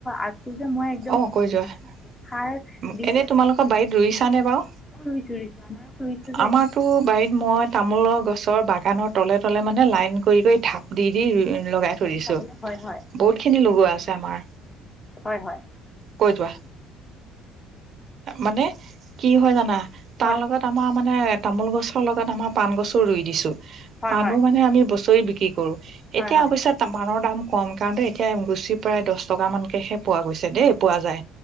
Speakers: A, on the left (about 20°); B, on the right (about 55°).
A: আছোঁ
B: -
A: যে মই একদম
B: অ ', কৈ যোৱা।
A: সাৰ দি
B: এনে তোমালোকৰ বাৰীত ৰুইছা নে বাৰু?
A: আকৌ ৰুইছোঁ ৰুইছোঁ আনাৰস ৰুইছোঁ যে
B: আমাৰতো বাৰীত মই তামোলৰ গছৰ বাগানৰ তলে তলে মানে। নে লাইন কৰি- কৰি থাপ দি- দি ৰুই। লগাই থৈদিছো
A: চাবলৈ হয় হয়
B: বহুত খিনি লগোৱা আছে। আমাৰ
A: হয় হয়
B: কৈ যোৱা? মানে কি হয় জানা? তাৰ
A: হয়
B: লগত আমাৰ মানে তামোল গছৰ লগত আমাৰ পাণ গছো ৰুই দিছোঁ।
A: হয়
B: পানো
A: হয়
B: মানে আমি বছৰি বিক্ৰী। কৰো।
A: হয়
B: এতিয়া
A: হয়
B: অৱশ্যে পাণৰ দাম। কম কাৰণ এতিয়া গুচি। প্ৰায় দহ টকা মানকেহে পোৱা গৈছে দেই, পোৱা যায়।